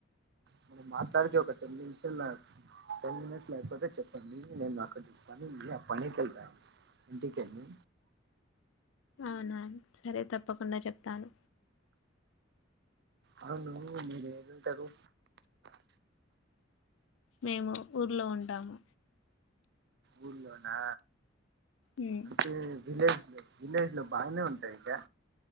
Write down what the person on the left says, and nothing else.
అవునా సరే తప్పకుండా చెప్తాను
మేము ఊర్లో ఉంటాము
ఉమ్,